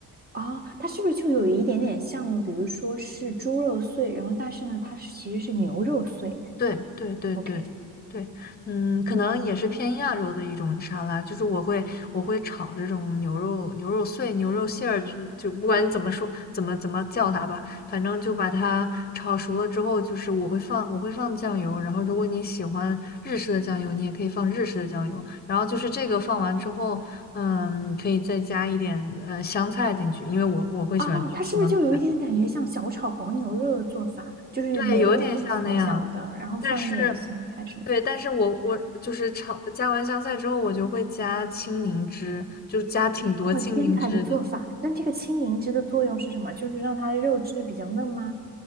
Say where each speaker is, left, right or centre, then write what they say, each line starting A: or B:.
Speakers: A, on the right (about 25°); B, on the left (about 25°).
A: 哦，它是不是就有一点点像，比如说是猪肉碎，然后但是呢，它是其实是牛肉碎。
B: 对对对对对，
A: OK，
B: 嗯，可能也是偏亚洲的一种沙拉，就是我会我会炒这种牛肉牛肉碎、牛肉馅儿，就就不管你怎么说怎么怎么叫它吧，反正就把它炒熟了之后，就是我会放我会放酱油，然后如果你喜欢日式的酱油，你也可以放日式的酱油，然后就是这个放完之后，嗯，可以再加一点呃香菜进去，因为我我会喜欢吃香菜。
A: 哦，它是不是就有一点感觉像小炒黄牛肉的做法？就是牛肉粒小小的，
B: 对，有点像那样，
A: 然后放一点香菜什么的。
B: 但是，对，但是我我就是炒加完香菜之后，我就会加青柠汁，就是加挺多青柠汁的，
A: 哦，天才的做法！那这个青柠汁的作用是什么？就是让它的肉质比较嫩吗？